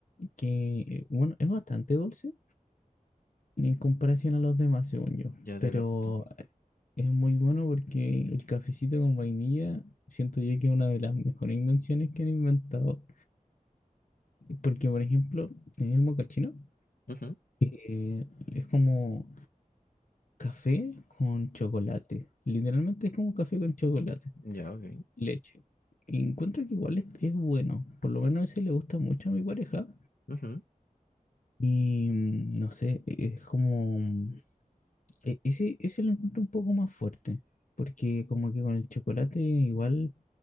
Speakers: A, on the left; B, on the left.
A: que, bueno, es bastante dulce en comparación a los demás, según yo.
B: Ya
A: Pero
B: te capto.
A: es muy bueno porque el cafecito con vainilla, siento yo que es una de las mejores invenciones que han inventado. Porque, por ejemplo, en el mocachino
B: Ujú,
A: eh, es como café con chocolate. Literalmente es como café con chocolate,
B: Ya, ok.
A: leche. Y encuentro que igual es, es bueno. Por lo menos ese le gusta mucho a mi pareja.
B: Ujú,
A: Y mm, no sé, e- es como... mm, e- Ese, ese lo encuentro un poco más fuerte, porque como que con el chocolate igual